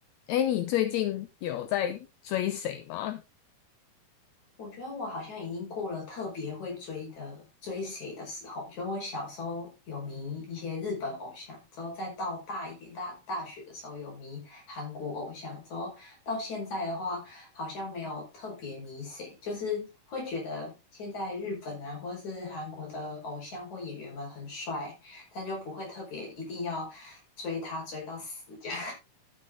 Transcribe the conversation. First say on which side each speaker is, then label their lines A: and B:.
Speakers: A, on the left (about 75°); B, on the left (about 60°).
A: 哎，你最近有在追谁吗？
B: 我觉得我好像已经过了特别会追的追谁的时候。就我小时候有迷一些日本偶像，之后再到大一点大大学的时候有迷韩国偶像，之后到现在的话，好像没有特别迷谁，就是会觉得现在日本啊或是韩国的偶像或演员们很帅，但就不会特别一定要追他追到死这样。